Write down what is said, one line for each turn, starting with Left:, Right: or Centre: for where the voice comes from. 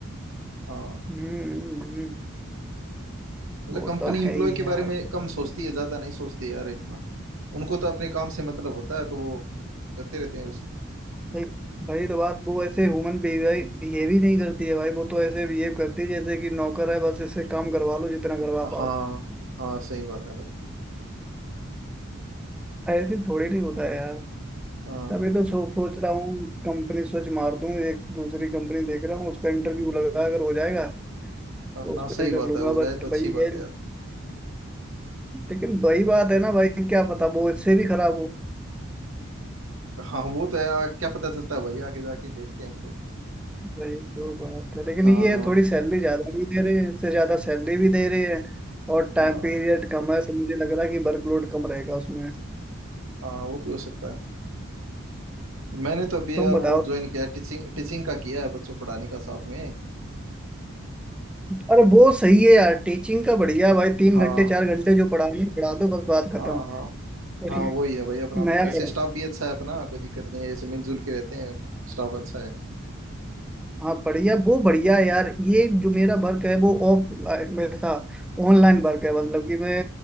Right: हाँ
Centre: हम्म, हम्म,
Right: मतलब
Centre: वो
Right: कंपनी
Centre: तो
Right: एम्प्लॉय
Centre: है ही
Right: के
Centre: यार
Right: बारे में कम सोचती है ज्यादा नहीं सोचती यार इतना उनको तो अपने काम से मतलब होता है तो वो करते रहते हैं उस
Centre: भाई भाई तो बात वो ऐसे ह्यूमन बिहेव ही नहीं करती है भाई वो तो ऐसे बिहेव करती है जैसे कि नौकर है बस इससे काम करवा लो जितना करवा
Right: हाँ
Centre: पाओ
Right: हाँ सही बात है भाई
Centre: ऐसे थोड़ी नहीं होता है यार
Right: हाँ
Centre: तभी तो सो, सोच रहा हूँ कंपनी स्विच मार दूँ एक दूसरी कंपनी देख रहा हूँ उसका इंटरव्यू लगा अगर हो जाएगा तो
Right: ना
Centre: उसमें
Right: सही
Centre: कर
Right: बात
Centre: लूंगा
Right: है हो जाए
Centre: बट
Right: तो अच्छी
Centre: भाई
Right: बात
Centre: ये
Right: है यार
Centre: लेकिन वही बात है ना भाई क्या पता वो इससे भी खराब हो
Right: हाँ वो तो यार क्या पता चलता है भाई आगे जाके देखते हैं वो तो
Centre: भाई तो बात है लेकिन
Right: हाँ
Centre: ये है
Right: हाँ
Centre: थोड़ी सैलरी ज्यादा भी दे रहे हैं इससे ज्यादा सैलरी भी दे रहे हैं और टाइम
Right: हाँ
Centre: पीरियड कम है तो मुझे लग रहा है कि वर्कलोड कम रहेगा उसमें
Right: हाँ वो भी हो सकता है मैंने तो अभी
Centre: तुम
Right: यार
Centre: बताओ
Right: वो ज्वाइन किया है, टीचिंग टीचिंग का किया है बच्चों पढ़ाने का साथ में
Centre: अरे वो सही है यार टीचिंग का बढ़िया भाई तीन
Right: हाँ
Centre: घंटे चार घंटे जो पढ़ानी है, पढ़ा दो बस बात
Right: हाँ
Centre: खत्म
Right: हाँ
Centre: कुछ
Right: हाँ वही है भाई अपना तो
Centre: नया
Right: वैसे
Centre: पढ़ा
Right: स्टाफ भी अच्छा है अपना कोई दिक्कत नहीं है ऐसे मिलजुल के रहते हैं स्टाफ अच्छा है
Centre: हाँ बढ़िया वो बढ़िया है यार ये जो मेरा वर्क है वो ऑफलाइन में था ऑनलाइन वर्क है मतलब कि मैं